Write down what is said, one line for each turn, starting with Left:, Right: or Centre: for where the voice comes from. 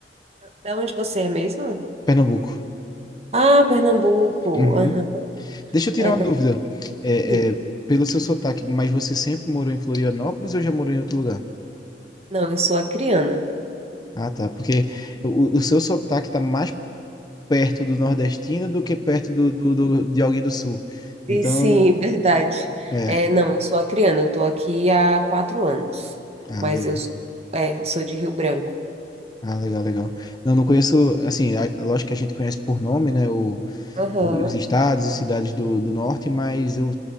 Right: Da onde você é mesmo?
Left: Pernambuco.
Right: Ah, Pernambuco.
Left: Uhum.
Right: Aham.
Left: Deixa eu tirar
Right: É
Left: uma dúvida. É,
Right: Pernambuco.
Left: é, pelo seu sotaque, mas você sempre morou em Florianópolis ou já morou em outro lugar?
Right: Não, eu sou acriana.
Left: Ah, tá. Porque o, o seu sotaque tá mais perto do nordestino do que perto do, do, do- de alguém do sul.
Right: E
Left: Então,
Right: sim,
Left: eu não-
Right: <laughs> verdade.
Left: é,
Right: É, não, eu sou acriana. Eu estou aqui há quatro anos,
Left: ah,
Right: mas
Left: legal.
Right: eu s- é, sou de Rio Branco.
Left: Ah, legal, legal. Não, não conheço, assim, a- lógico que a gente conhece por nome, né, o,
Right: Aham.
Left: os estados e cidades do, do norte, mas eu,